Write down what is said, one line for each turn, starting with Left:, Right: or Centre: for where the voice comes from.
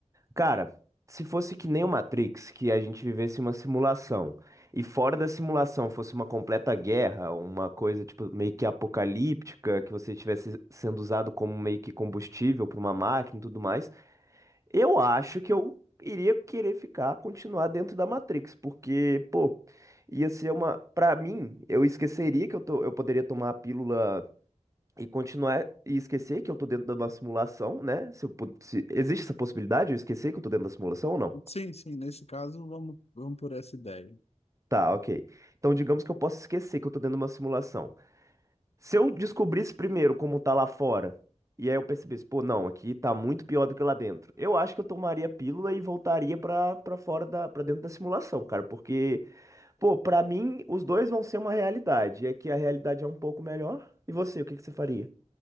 Right: Cara, se fosse que nem o Matrix, que a gente vivesse uma simulação, e fora da simulação fosse uma completa guerra, uma coisa tipo meio que apocalíptica, que você estivesse sendo usado como meio que combustível para uma máquina e tudo mais, eu acho que eu iria querer ficar, continuar dentro da Matrix, porque, pô, ia ser uma, para mim, eu esqueceria que eu tô, eu poderia tomar a pílula e continuar e esquecer que eu tô dentro de uma simulação, né? Se eu pu- se- existe essa possibilidade, eu esquecer que eu tô dentro da simulação ou não?
Left: Sim, sim, nesse caso, vamos, vamos por essa ideia.
Right: Tá, ok. Então, digamos que eu possa esquecer que eu tô dentro de uma simulação. Se eu descobrisse primeiro como tá lá fora, e aí eu percebesse, pô, não, aqui tá muito pior do que lá dentro. Eu acho que eu tomaria a pílula e voltaria pra, pra fora da, pra dentro da simulação, cara, porque, pô, pra mim, os dois vão ser uma realidade. É que a realidade é um pouco melhor. E você, o que que você faria?